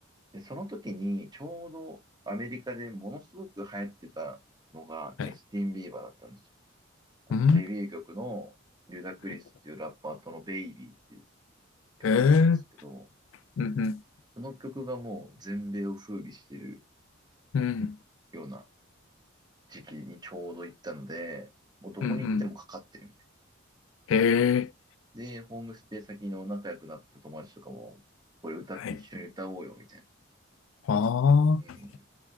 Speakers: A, on the right; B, on the left.
A: で、その時に、ちょうどアメリカでものすごく流行ってたのが、
B: はい。
A: ジャスティン・ビーバーだったんですよ。あの、
B: うん。
A: デビュー曲の、リュダ・クリスっていうラッパーとのベイビーっていう
B: はい
A: 曲だったんですけど、
B: へえ。うんうん。
A: その曲がもう全米を風靡してる
B: うん。
A: ような時期にちょうど行ったので、もうどこに行ってもかかってるみたい。
B: うんうん。へえ。
A: で、ホームステイ先の仲良くなった友達とかも、これ歌って一緒に歌おうよみたいな。
B: はい。あ
A: うん。
B: あ。